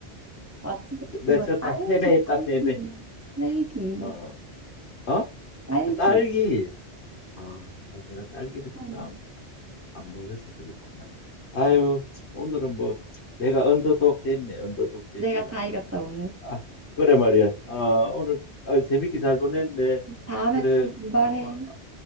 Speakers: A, on the right (about 20°); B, on the left (about 70°).
A: 아, 진짜.
B: 내
A: 이거
B: 졌다.
A: 딸기,
B: 패배했다,
A: 딸기,
B: 패배.
A: 딸기,
B: 어, 어?
A: 딸기.
B: 딸기. 아, 내가 딸기를 별로
A: 땅에.
B: 안, 안 먹어서 그렇구나. 아유, 오늘은 뭐 내가 언더독 됐네. 언더독 됐어.
A: 내가 다 이겼다, 오늘.
B: 아, 그래 말이야. 어, 오늘 어, 재밌게 잘 보냈네.
A: 다음에
B: 그래.
A: 좀 분발해.
B: 어, 어,